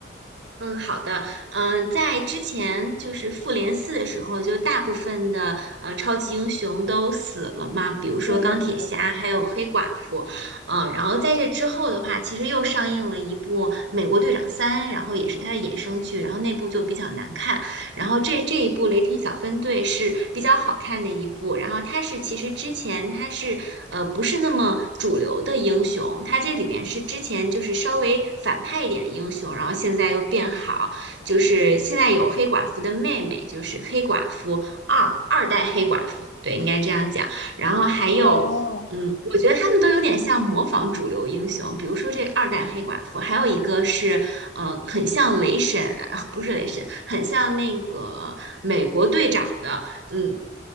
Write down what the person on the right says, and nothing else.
嗯，好的。嗯、在之前就是复联四的时候，就大部分的呃超级英雄都死了嘛，比如说钢铁侠，
还有黑寡妇。嗯，然后在这之后的话，其实又上映了一部《美国队长三》，然后也是它的衍生剧，然后那部就比较难看。然后这这一部《雷霆小分队》是比较好看的一部，然后他是其实之前他是呃不是那么主流的英雄，他这里面是之前就是稍微反派一点的英雄，然后现在又变好，就是现在有黑寡妇的妹妹，就是黑寡妇二二代黑寡妇，对，应该这样讲，然后还有。
嗯，我觉得他们都有点像模仿主流英雄，比如说这个二代黑寡妇，还有一个是呃，很像雷神，呃不是雷神，很像那个美国队长的，嗯，